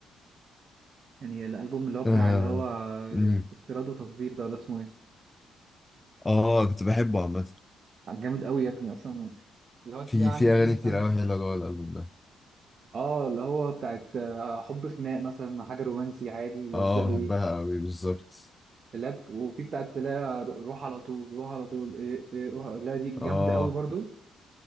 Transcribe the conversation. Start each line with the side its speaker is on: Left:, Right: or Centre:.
Right: يعني الألبوم اللي هو بتاع
Left: آه.
Right: اللي هو
Left: مم.
Right: استيراد وتصدير ده ولا اسمه ايه
Left: اه كنت بحبه عامة
Right: جامد قوي يا ابني أصلا اللي هو تلاقيه
Left: في في
Right: عامل
Left: اغاني
Right: فيه مثلا
Left: كتير قوي حلوه جوه الالبوم ده
Right: اه اللي هو بتاعت آه، حب خناق مثلا حاجة رومانسي عادي لذة
Left: اه
Right: قوي
Left: بحبها قوي بالظبط
Right: لاب وفي بتاعت لا روح على طول روح على طول ايه ايه روح لا دي جامدة
Left: اه
Right: قوي برضو